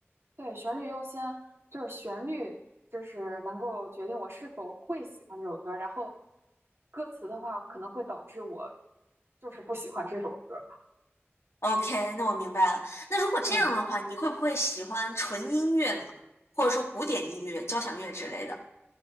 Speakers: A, on the right (about 65°); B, on the left (about 75°).
A: 对，旋律优先，就是旋律，就是能够决定我是否会喜欢这首歌，然后歌词的话可能会导致我就是不喜欢这首歌。
B: OK，那我明白了。那如果这样的话，
A: 嗯。
B: 你会不会喜欢纯音乐呢？或者说古典音乐、交响乐之类的？